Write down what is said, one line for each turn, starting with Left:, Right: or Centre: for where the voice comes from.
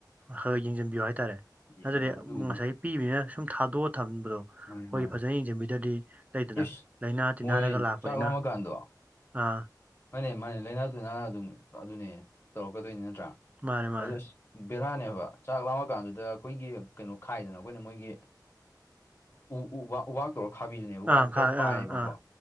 Right: ꯈꯔ ꯌꯦꯡꯁꯤꯟꯕꯤꯌꯨ ꯍꯥꯏꯇꯥꯔꯦ
Left: ꯌꯦ-
Right: ꯅꯠꯇꯗꯤ
Left: ꯑ, ꯑꯗꯨꯒꯤꯗꯤ
Right: ꯉꯁꯥꯏ ꯄꯤꯛꯏꯕꯅꯤꯅ
Left: ꯎꯝ
Right: ꯁꯨꯝ ꯊꯥꯗꯣꯛꯑ ꯊꯝꯕꯗꯣ
Left: ꯃꯥꯅꯤ
Right: ꯈꯣꯏ
Left: ꯃꯥꯅꯤ
Right: ꯐꯖꯅ ꯌꯦꯡꯁꯤꯟꯕꯤꯗ꯭ꯔꯗꯤ ꯂꯩꯗꯅ
Left: ꯏꯁ
Right: ꯂꯥꯏꯅꯥ ꯇꯤꯟꯅꯥꯅꯒ
Left: ꯃꯣꯏ
Right: ꯂꯥꯛꯄꯅꯤꯅ
Left: ꯆꯥꯛ ꯂꯥꯝꯃꯀꯥꯟꯗꯣ
Right: ꯑꯥ
Left: ꯃꯥꯅꯦ ꯃꯥꯅꯤ ꯂꯥꯏꯅꯥ ꯇꯤꯟꯅꯥ ꯑꯗꯨꯝ ꯑꯗꯨꯅꯦ ꯇꯧꯔꯛꯀꯗꯣꯏꯅꯤ ꯅꯠꯇ꯭ꯔꯥ
Right: ꯃꯥꯅꯦ ꯃꯥꯅꯦ
Left: ꯑꯗꯣ ꯁꯤ ꯕꯦꯔꯥꯅꯦꯕ ꯆꯥꯛ ꯂꯥꯃ ꯀꯥꯟꯗꯨꯗ ꯑꯩꯈꯣꯏꯒꯤ ꯀꯩꯅꯣ ꯈꯥꯏꯗꯅ ꯑꯩꯈꯣꯏꯅ ꯃꯣꯏꯒꯤ ꯎ ꯎꯕ ꯎꯕꯥꯛ ꯇꯧꯔ ꯈꯥꯕꯤꯕꯅꯦ ꯎꯕꯥꯥꯛꯇꯣ
Right: ꯑꯥ ꯈꯥ
Left: ꯈꯔ ꯄꯥꯏꯑꯦꯕꯀꯣ
Right: ꯑꯥ ꯑꯥ